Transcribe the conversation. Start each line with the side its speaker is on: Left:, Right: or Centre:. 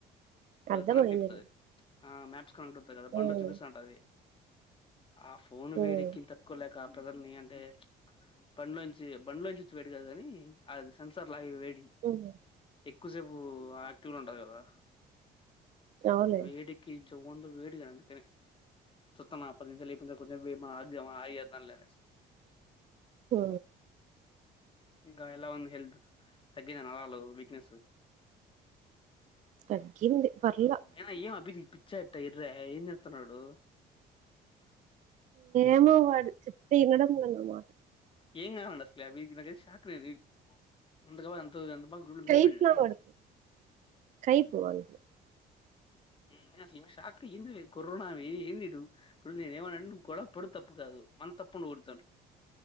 Right: అర్థమయింది
Left: కనెక్ట్ అయిపోతది ఆ మ్యాప్స్ <unintelligible> కదా బండ్లు
Right: ఉమ్
Left: చూపిస్తా ఉంటది ఆ ఫోన్ వేడెక్కింది
Right: ఉమ్
Left: తట్టుకోలేక ప్రెజర్నీ అంటే బండ్లో నుంచి బండ్లోంచి వచ్చే వేడి కాదు కాని అది సెన్సార్ లైవ్ వేడి
Right: ఉహు
Left: ఎక్కువ సేపు ఆక్టివ్ లో ఉంటది కదా
Right: అవులే
Left: వేడికి చెవ్వు <unintelligible> వేడి కదా అందుకనే చుత్తానా పది నిమిషాలు లేపింది సరిపోద్ధి <unintelligible> లేనేసి
Right: ఊ
Left: ఇంకా ఎలా ఉంది హెల్త్ తాగింద నరాల వీక్నెస్
Right: తగ్గింది పర్లా
Left: ఐనా ఏమ్ <unintelligible> పిచ్చ వెర్రా ఏంచేస్తున్నాడు
Right: ఏమో వాడు చెప్తే వినడం లే మాట
Left: ఏమ్ కావాలంట అస్లా వీడికి నాకైతే షాక్ <unintelligible> <unintelligible> పెటిండు అనా మాట
Right: కైపు నా వాడికి కైపు వానికి
Left: నేనసలు షాక్ ఏంది <unintelligible> ఏంది వీడు ఇప్పుడు నేను ఏమన్నా అంటే గొడవ పాడ్ తప్పు కాదు మన తప్పు <unintelligible> తాండ్రు